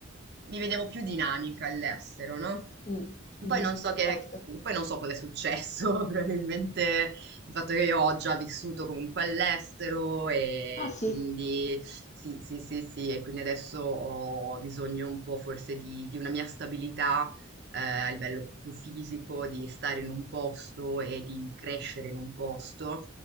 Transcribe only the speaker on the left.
Mh, mh-mh,
certo.
Ah sì,